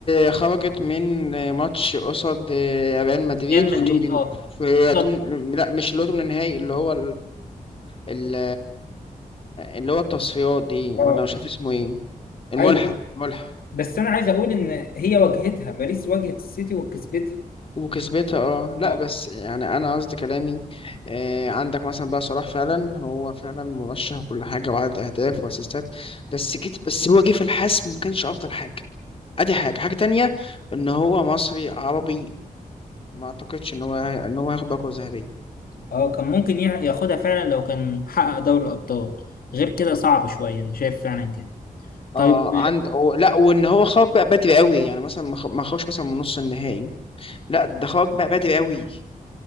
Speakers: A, on the left; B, on the left.
A: آه، خرجت من آه، ماتش قصاد آه، ريال مدريد
B: ريال
A: في
B: مدريد
A: تمن
B: اه
A: في
B: بالظبط
A: تمن لا مش اللي هو تمن النهائي اللي هو ال- اللي هو التصفيات دي
B: اه
A: ولا مش عارف اسمه ايه الملحق
B: ايوه ايوه
A: ملحق
B: بس انا عايز اقول ان هي واجهتها باريس واجهت السيتي وكسبتها
A: وكسبتها اه لا
B: اه
A: بس يعني انا قصدي كلامي آه عندك مثلا بقى صلاح فعلا هو فعلا مرشح وكل حاجه وعدد اهداف واسيستات بس جيت بس هو جه في الحسم ما كانش افضل حاجه ادي حاجه حاجه تانية ان هو مصري عربي ما اعتقدش ان هو ان هو هياخد باكو ذهبيه
B: اه كان ممكن يع- ياخدها فعلا لو كان حقق دوري الابطال غير كده صعب شويه انا شايف فعلا كده طيب
A: اه عند و... لا وان هو خرج بقى بدري قوي يعني مثلا ما خ- ما خرجش مثلا من نص النهائي لا ده خرج بقى بدري قوي